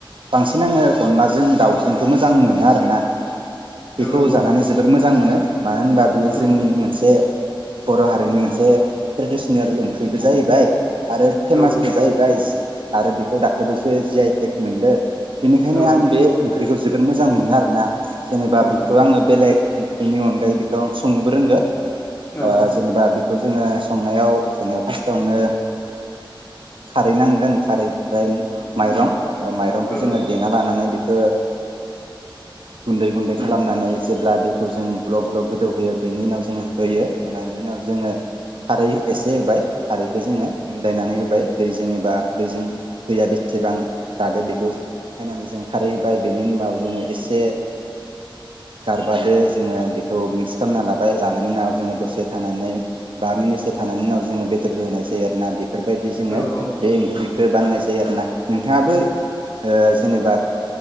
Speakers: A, on the right; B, on the left.
A: बांसिन आङो अनलाजों दाउजोंखो मोजां मोनो आरो ना । बेखौ
B: औ औ
A: जानानै जोबोर मोजां मोनो । मानो होनबा बियो
B: औ
A: जोंनि मोनसे बर' हारिनि मोनसे ट्रेडिसनेल ओंख्रिबो जाहैबाय । आरो फेमासबो
B: औ
A: जाहैबाय । आरो बेखौ दाख्लै बैसोस जि आइ थेग मोनदों । बेनिखायनो
B: औ
A: आं बे ओंख्रिखौ जोबोर मोजां मोनो आरो ना? जेनेबा
B: औ
A: बिखो आङो बेलेग ओं इनि अनगायै बेखौ आं संनोबो रोंगो ।
B: औ
A: ओ जेनेबा बि खौ जोङो संनायाव जोङो फार्स्टावनो खारै नांगोन खारै ओमफ्राय माइरं । ओ माइरंखौ
B: औ
A: जोङो देना लानानै बे खो गुन्दै गुन्दै खालामनानै जेब्ला दैखौ जों ग्लब ग्ल'ब गोदौहोयो बेनि उनाव जोङो होयो । होनायनि उनाव जोङो खारै एसे होबाय खारैखो जोङो मिलायनानै होबाय। दैजों एबा दैजों दैया बेस सेबां दादो बेखौ नायनानै जों खारै होबाय बेनि उनाव जोङो एसे गारबादो जोङो बेखौ मिक्स खामना लाबाय लानायनि उनाव जोङो दसे थानानै बा मिनिटसो थानायनि उनाव जोङो बेदरखो होनाय जायो आरोना बे फोरबायदि जोङो
B: औ औ
A: बे ओंख्रि खो बानायनाय जायो आरो ना। नोंथाङाबो ओ जेनेबा